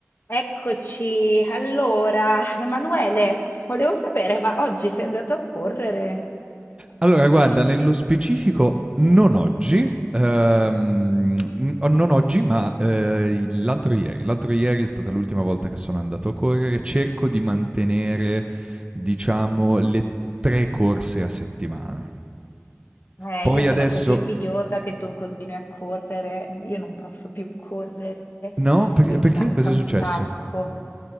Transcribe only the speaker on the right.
Allora guarda, nello specifico non oggi, ehm, n non oggi, ma, ehm, l'altro ieri. L'altro ieri è stata l'ultima volta che sono andato a correre. Cerco di mantenere, diciamo, le 3 corse a settimana.
Poi
adesso
no, per
perché?
Cos'è
successo?